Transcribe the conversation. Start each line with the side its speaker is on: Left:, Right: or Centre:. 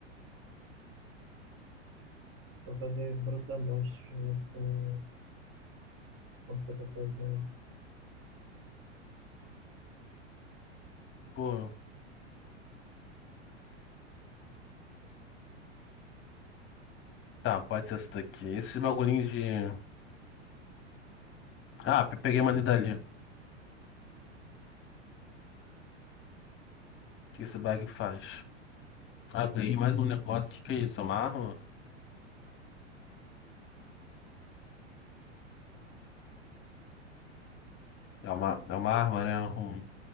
Right: Vou fazer brutamonte junto com com o que eu tô fazendo.
Left: Pô, tá, pode ser essa daqui. Esses bagulhinhos de. Ah, pe- peguei uma Nidalee. O que esse bag faz? Ah, ganhei mais um negócio. O que que é isso? É uma arma? É uma, é uma arma, né? Um...